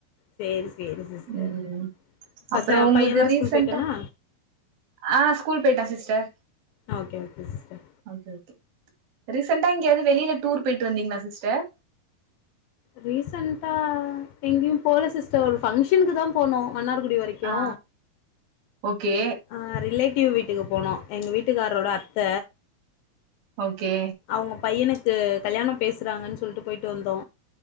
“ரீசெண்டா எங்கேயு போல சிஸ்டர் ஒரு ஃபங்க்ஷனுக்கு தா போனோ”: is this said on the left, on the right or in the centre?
Left